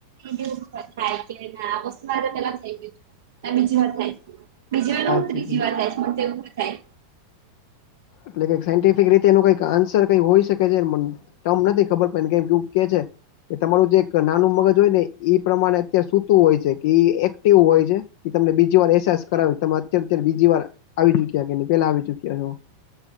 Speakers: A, on the right; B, on the left.
A: ને થાય કે ના આ વસ્તુ માજે પેલા થઈ ગયુ તું આ બીજી વાર થાય છે બીજી વારનું હું
B: કઈક
A: ત્રીજી વાર થાય છે મને તો એવું બી થાય
B: એટલે કઈ સાયન્ટિફિક રીતે એનું કઈ આન્સર કઈ હોય શકે છે ટમ નથી ખબર મને કેમ કે કે છે કે તમારું જે એક નાનું મગજ હોય ને ઈ પ્રમાણે અત્યારે સુૂતું હોય છેઈ કે એક્ટિવ હોય છે. કે તમને બીજી વાર એહેસાસ કરાવે તમે અત્યારે અત્યારે બીજી વાર આવી ચુક્યા કે પેલાં આવી ચુક્યા છો